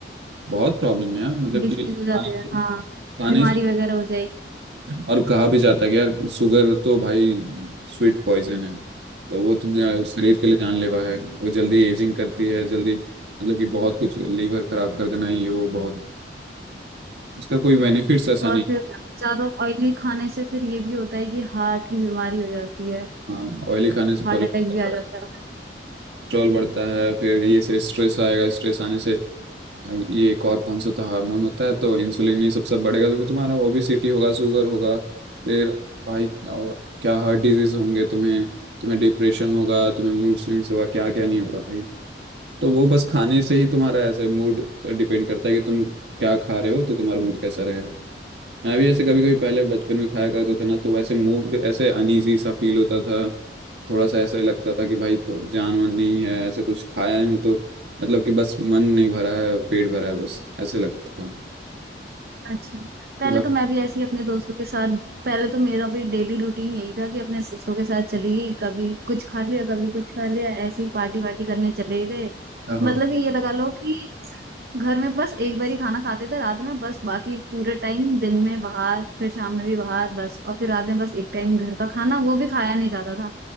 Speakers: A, on the right (about 75°); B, on the right (about 60°).
A: बहुत प्रॉब्लम है यार मतलब
B: डिसीज
A: कि खाना
B: हो जाते हैं हाँ
A: खाने
B: बीमारी
A: ही-
B: वगैरह हो जाएगी
A: और कहा भी जाता है कि यार शुगर तो भाई स्वीट पॉइजन है तो वो तो जा- शरीर के लिए जानलेवा है वो जल्दी एजिंग करती है जल्दी मतलब कि बहुत कुछ लीवर खराब कर देना ये वो बहुत इसका कोई बेनिफिट्स ऐसा
B: और
A: नहीं
B: फिर ज्यादा ऑयली खाने से फिर ये भी होता है कि हार्ट की बीमारी हो जाती है
A: हाँ ऑयली खाने से कोलेस्ट्रॉल
B: हार्ट अटैक भी आ जाता है
A: बढ़ता है फिर ये से स्ट्रेस आएगा स्ट्रेस आने से ये एक और कौन सा तो हार्मोन होता है तो इंसुलिन ये सबसे बढ़ेगा तो फिर तुम्हारा ओबेसिटी होगा शुगर होगा फिर भाई और क्या हार्ट डिजीज होंगे तुम्हें तुम्हें डिप्रेशन होगा तुम्हें मूड स्विंग्स होगा क्या क्या नहीं होगा भाई तो वो बस खाने से ही तुम्हारा ऐसे मूड पर डिपेंड करता है कि तुम क्या खा रहे हो तो तुम्हारा मूड कैसा रहेगा मैं भी ऐसे कभी कभी पहले बचपन में खाया करता था ना तो वैसे मूड ऐसे अनईजी सा फील होता था थोड़ा सा ऐसे लगता था कि भाई तो जान वान नहीं है ऐसे कुछ खाया नहीं हूं तो मतलब कि बस मन नहीं भरा है पेट भरा है बस ऐसे लगता था
B: अच्छा पहले
A: तो घर-
B: तो मैं भी ऐसी अपने दोस्तों के साथ पहले तो मेरा भी डेली रूटीन यही था कि अपने दोस्तों के साथ चली गई कभी कुछ खा लिया कभी कुछ खा लिया ऐसी पार्टी वार्टी करने चले गए
A: हाँ हाँ
B: मतलब कि ये लगा लो कि घर में बस एक बार ही खाना खाते थे रात में बस बाकी पूरे टाइम दिन में बाहर फिर शाम में भी बाहर बस और फिर रात में बस एक टाइम घर का खाना वो भी खाया नहीं जाता था